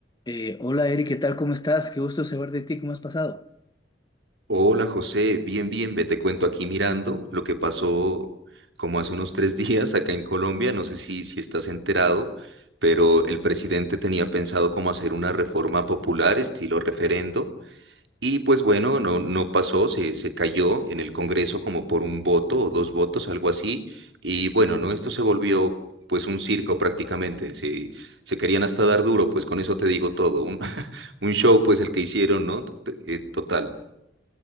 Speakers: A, on the left (about 25°); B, on the right (about 80°).
A: Eh, hola Eric, ¿qué tal? ¿Cómo estás? Qué gusto saber de ti, ¿cómo has pasado?
B: Hola José, bien, bien, ve, te cuento aquí mirando lo que pasó como hace unos tres <laughs> días acá en Colombia, no sé si, si estás enterado, pero el presidente tenía pensado cómo hacer una reforma popular estilo referendo y pues bueno, no, no pasó, se, se cayó en el Congreso como por un voto o dos votos, algo así, y bueno, no, esto se volvió pues un circo prácticamente, se, se querían hasta dar duro, pues con eso te digo todo, un, <laughs> un show pues el que hicieron, ¿no? T- eh, Total.